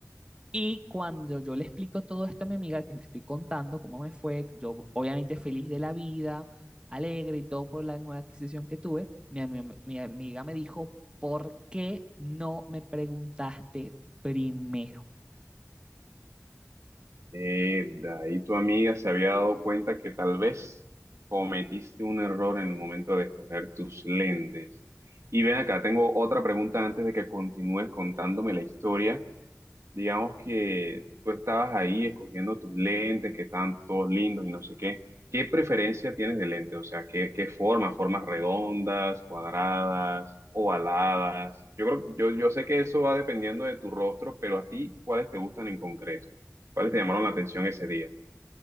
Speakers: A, on the right (about 20°); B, on the right (about 65°).
A: Y cuando yo le explico todo esto a mi amiga, que le estoy contando cómo me fue, yo obviamente feliz de la vida, alegre y todo por la nueva adquisición que tuve, mi, ami- mi amiga me dijo, ¿por qué no me preguntaste primero?
B: Eh, de ahí tu amiga se había dado cuenta que tal vez cometiste un error en el momento de escoger tus lentes. Y ven acá, tengo otra pregunta antes de que continúes contándome la historia. digamos que tú estabas ahí escogiendo tus lentes, que están todos lindos y no sé qué. ¿Qué preferencia tienes de lente? O sea, ¿qué, qué forma? ¿Formas redondas, cuadradas, ovaladas? Yo creo, yo, yo sé que eso va dependiendo de tu rostro, pero a ti, ¿cuáles te gustan en concreto? ¿Cuáles te llamaron la atención ese día?